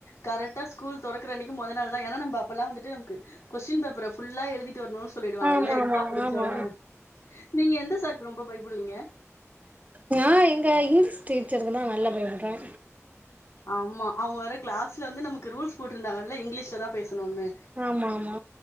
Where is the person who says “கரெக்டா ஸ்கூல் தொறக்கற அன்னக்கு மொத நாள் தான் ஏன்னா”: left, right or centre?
Left